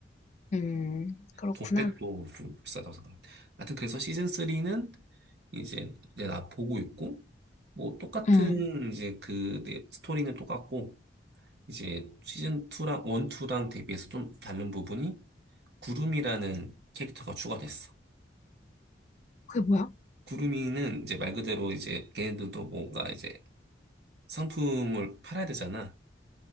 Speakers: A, on the left (about 40°); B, on the right (about 65°).
A: 음, 그렇구나.
B: 돈백도 좀 비싸다고 생각합니다. 하여튼 그래서 시즌 3는 이제 내가 보고 있고 뭐 똑같은
A: 응.
B: 이제 그 내- 스토리는 똑같고 이제 시즌 2랑 1, 2랑 대비해서 좀 다른 부분이 구름이라는 캐릭터가 추가됐어.
A: 그게 뭐야?
B: 구름이는 이제 말 그대로 이제 걔네들도 뭔가 이제 상품을 팔아야 되잖아.